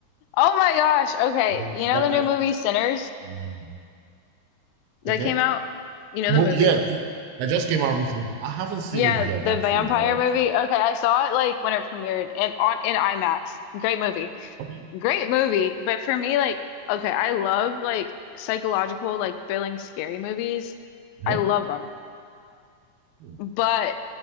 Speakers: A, on the left (about 85°); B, on the right (about 80°).
A: Oh my gosh. Okay,
B: um,
A: you know
B: that
A: the new
B: that.
A: movie Sinners
B: mm,
A: that
B: Okay.
A: came out? You know
B: Well,
A: the movie?
B: yeah, th- that just came out recently. I haven't seen
A: Yeah,
B: it yet,
A: the
B: actually.
A: vampire
B: Like,
A: movie. Okay, I saw it like when it premiered and on in IMAX. Great movie.
B: okay,
A: Great movie, but for me like okay, I love like psychological like thrilling scary movies.
B: yeah.
A: I love them.
B: Hmm.
A: But